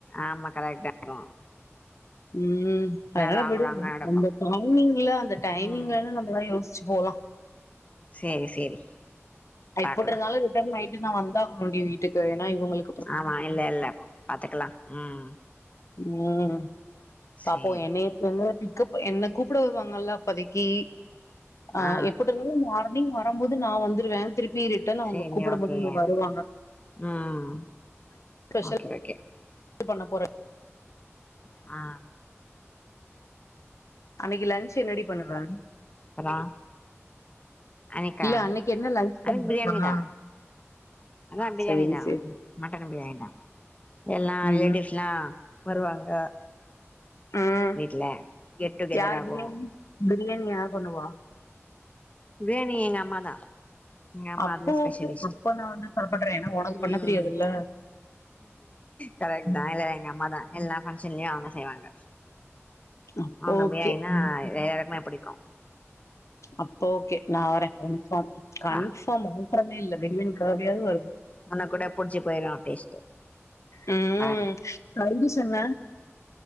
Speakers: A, on the left; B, on the left.
A: ஆமா கரெக்ட்டு தா அதும்
B: ம் அதனால
A: ராங்
B: விடு
A: ராங்கா நடக்கு
B: நம்ம டைமிங்ல அந்த டைமிங்ல
A: ம்
B: நம் ம யோசிச்சி போலா
A: சேரி சேரி பாக்கலா
B: எப்ட்ருந்தாலு ரிட்டன் நைட் நா வந்தாகனோ டி வீட்டுக்கு ஏன்னா இவங்களு
A: ஆமா இல்ல இல்ல பாத்துக்கலா ம்
B: ம்
A: சேரி
B: பாப்போ ஏற்கனவே என்ன கூப்ட வருவாங்கல்ல அப்பதிக்கி அ
A: ஆ
B: எப்புட் இருந் மார்னிங் வரும்போது நா வந்துருவேன் திருப்பி ரிட்டர்ன் அவுங்க
A: சேரி
B: கூப்பட
A: ஓகே
B: மட்டும் இங்க வருவாங்க <inaudible>
A: ம்
B: ஸ்பெஷல்
A: ஓகே ஓகே
B: த்து பண்ண போற
A: அ
B: அன்னிக்கி லஞ்சு என்ன டி பண்ணுவ
A: அப்பறோ அன்னிக்கா
B: இல்ல அன்னைக்கு என்ன லன்ச்
A: அன்னிக்கி
B: பண்ற
A: பிரியாணி
B: ஆ
A: தா அதா பிரியாணி
B: சேரி
A: தான்
B: சேரி
A: மட்டன் பிரியாணி தா எல்லா
B: ம்
A: ரிலேட்டிவ்ஸ்ல்லா வருவாங்க
B: ம்
A: வீட்ல கெட் டுகெதர்
B: யார்குன்னா
A: ஆகு
B: பிரியாணி யார் பண்ணுவா
A: பிரியாணி எங்க அம்மா தா எங்க அம்மா
B: அப்போ
A: அதுல ஸ்பெஷலிஸ்ட்
B: ஓகே அப்ப நா சாப்புடுறேன் ஏன்னா ஒனக்கு பண்ண
A: ம்
B: தெரியாதுல்ல
A: கரெக்ட்
B: ம்.
A: தா இல்ல எங்க அம்மா தா எல்லா ஃபங்க்ஷன்லயு அவுங்க செய்வாங்க
B: அப்போ
A: அவுங்க
B: ஓகே
A: பிரியாணின்னா
B: ம்.
A: எல்லாருக்குமே புடிக்கும்
B: அப்போ ஓகே நா வர கன்ஃபாம் கன்ஃபாம்
A: வா
B: மாற்றமே இல்ல பிரியாணிக்காகயாது வருவ்
A: ஒனக் கூட புடுச்சு போயிரு டேஸ்ட்டு
B: ம்ம்
A: பாரு
B: சைடிஷ் என்ன